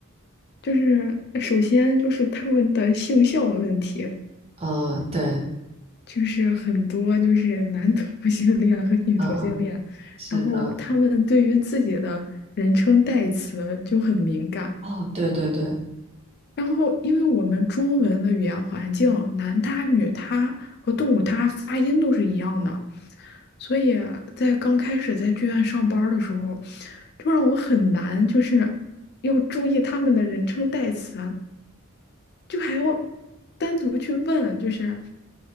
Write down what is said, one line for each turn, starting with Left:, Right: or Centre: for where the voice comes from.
Left: 就是首先就是他们的性向问题，
Right: 嗯、对，
Left: 就是很多就是男同性恋和女同性恋，
Right: 嗯嗯，是的，
Left: 然后他们对于自己的人称代词就很敏感，
Right: 哦，对对对，
Left: 然后，因为我们中文的语言环境，男他、女他和动物他发音都是一样的，所以在刚开始在剧院上班儿的时候，就让我很难，就是要注意他们的人称代词，就还要单独去问，就是